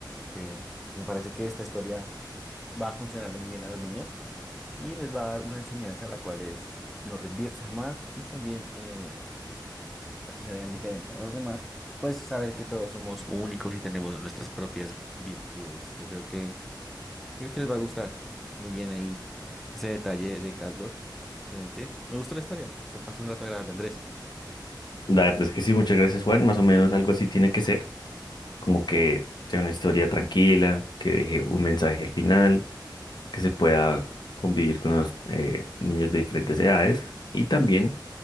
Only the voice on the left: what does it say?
La verdad es que sí, muchas gracias, Juan. Más o menos algo así tiene que ser, como que sea una historia tranquila, que deje un mensaje al final, que se pueda convivir con los eh, niños de diferentes edades y también